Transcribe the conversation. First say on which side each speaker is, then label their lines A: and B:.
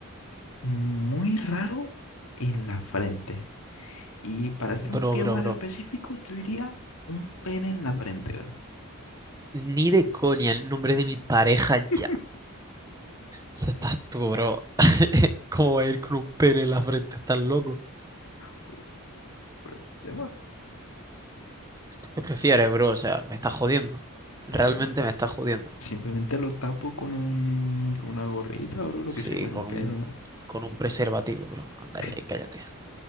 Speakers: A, on the left; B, on the right.
A: muy raro en la frente. Y para ser
B: Bro,
A: un poquito
B: bro,
A: más
B: bro.
A: específico, yo diría un pene en la frente, bro.
B: Ni de coña el nombre de mi pareja
A: <laughs>
B: ya. Se estás tú, bro. <laughs> ¿Cómo va a ir con un pene en la frente? ¿Estás loco?
A: Pero- pero problema,
B: ¿Tú qué prefieres, bro? O sea, me estás jodiendo. Realmente
A: Bro,
B: me estás jodiendo.
A: simplemente lo tapo con un, con una gorrita, bro, lo
B: Sí,
A: que sea, con el
B: con
A: pelo.
B: un, con un preservativo, bro. Anda
A: <laughs>
B: ya y cállate.